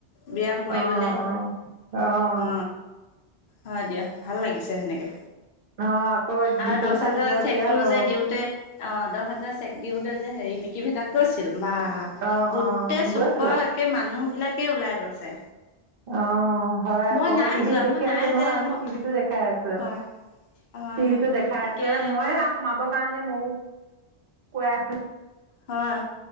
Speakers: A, on the left; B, on the right.
A: ব্যায়াম কৰিবলে
B: অঁ অঁ অঁ
A: অ, হয় দিয়া ভাল লাগিছে সেনেকে।
B: অঁ আকৌ
A: আৰু
B: দি- পইচা
A: দচ হোজাৰ
B: দিব এতিয়া
A: চেকতটো
B: অঁ
A: যে দিওঁতে, অ দহ হাজাৰ চেক দিওঁতে যে হেৰি মিকি ভেটাত গৈছিল। বা
B: অঁ
A: গোটেই চুক
B: গৈছিলা
A: একে মানুহ বিলাকে ওলাই গৈছে।
B: অ হয়
A: মই
B: আকৌ
A: নাই
B: টিভিত
A: যোৱা
B: দেখি
A: মই নাই
B: আছো নহয়
A: যে
B: আমি
A: মই
B: টিভিতো দেখাই আছো।
A: হয় হয়
B: টিভিতো
A: হয়
B: দেখাই
A: একে
B: আছে মই সোম চব কাৰণে ময়ো কৈ আছিলো।
A: হয়